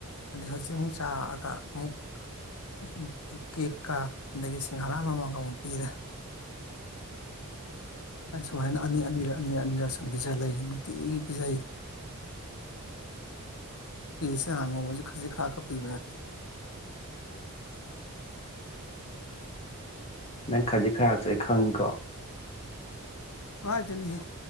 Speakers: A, on the left; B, on the left.
A: ꯑꯗꯩ ꯍꯧꯖꯤꯛ ꯑꯃꯨꯛ ꯆꯥꯛꯑꯒ ꯑꯃꯨꯛ ꯎꯝ ꯀꯦꯛꯀ ꯑꯗꯒꯤ ꯁꯤꯡꯍꯔꯥ ꯑꯃꯃꯥꯝꯒ ꯑꯃꯨꯛ ꯄꯤꯔꯦ ꯁꯨꯃꯥꯏꯅ ꯑꯅꯤ ꯑꯅꯤꯔꯛ ꯑꯅꯤ ꯑꯅꯤꯔꯛ ꯁꯨꯝ ꯄꯤꯖꯂꯩ ꯅꯨꯡꯇꯤꯒꯤ ꯄꯤꯖꯩ ꯀꯤꯂꯤ ꯆꯥꯅ ꯉꯧꯕꯖꯨ ꯈꯖꯤꯛ ꯈꯔꯛ ꯀ ꯄꯤꯕ ꯅꯠꯇꯦ
B: ꯅꯪ ꯈꯖꯤꯛ ꯈꯔꯛꯇꯣ ꯑꯩ ꯈꯪꯉꯤꯀꯣ
A: ꯑꯥꯏꯗꯩꯅꯣ ꯍꯦ